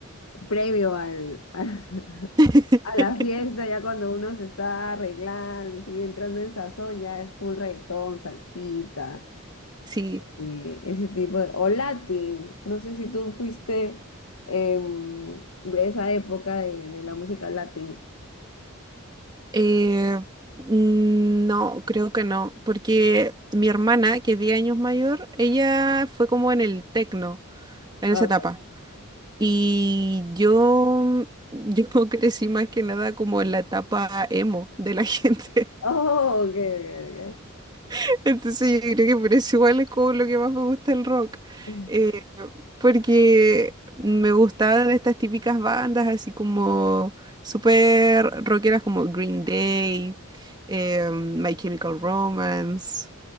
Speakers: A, on the left; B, on the right.
A: previo al, <laughs> a
B: <laughs>
A: la fiesta, ya cuando uno se está arreglando, sigue entrando en sazón, ya es full reggaetón, salsita
B: Sí.
A: eh, ese tipo de... O Latin, no sé si tú fuiste em, de esa época de, de la música Latin.
B: Eh, mm, no, creo que no, porque mi hermana, que es 10 años mayor, ella fue como en el tecno, en
A: Ah,
B: esa etapa.
A: ok.
B: Y yo, yo <laughs> crecí más que nada como en la etapa emo de la gente.
A: Oh, ok, ok,
B: <laughs> Entonces yo creo que por eso igual es como lo que más me gusta el rock.
A: ok.
B: Eh, porque me gustaban estas típicas bandas así como súper rockeras como Green Day, eh, My Chemical Romance.